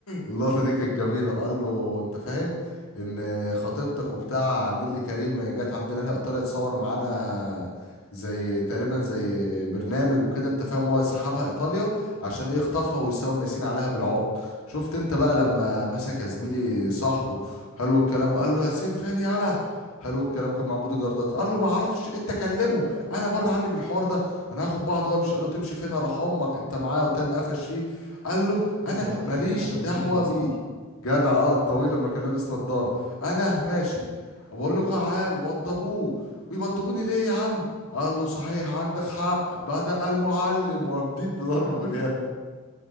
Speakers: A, on the left; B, on the right.
A: اللقطة دي كانت جميلة وقال له انت فاهم ان خطيبتك وبتاع نيللي كريم جت عندنا هنا ايطاليا تصور معانا زي تقريبا زي برنامج وكده انت فاهم هو سحبها ايطاليا عشان ايه خطفها ويساوم ياسين عليها بالعقد شفت انت بقى لما مسك يا زميلي صاحبه حلو الكلام وقال له ياسين فين يالا حلو الكلام كان مع بودي جاردات قال له ما اعرفش انت كلمه انا بره عني بالحوار ده انا هاخد بعض وامشي قال له تمشي فين اروح امك انت معايا وتن قفش فيه قال له انا
B: أيوه
A: ماليش
B: أيوه خالد أبو
A: دعوه
B: النجا
A: بيه
B: صح؟
A: جدع اه الطويل لما كان لابس نضاره انا ماشي بقول له تعال وضبوه ويوضبوني ليه يا عم قال له صحيح عندك حق بدأ المعلم وقام بضربه
B: <laughs>
A: باليد